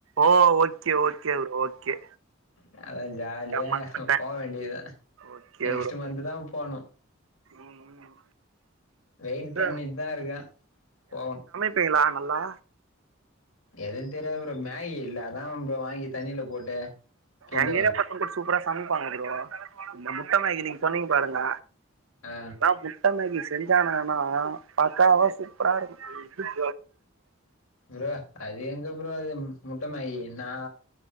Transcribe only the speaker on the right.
ஓ ஓகே ஓகே ப்ரோ ஓகே
நா மறந்துட்டே
ஓகே
ப்ரோ
ம் ம்
இது
ப்பிங்ளா நல்லா
எங்ஏரியா பக்கோகூட சூப்பரா சமைப்பாங்க ப்ரோ இந்த முட்ட மேகி நீங்சொன்னீங் பாருங்க
<unintelligible> முட்ட மேகி செஞ்சானுங்கன்னா பக்காவா சூப்பராருக்கு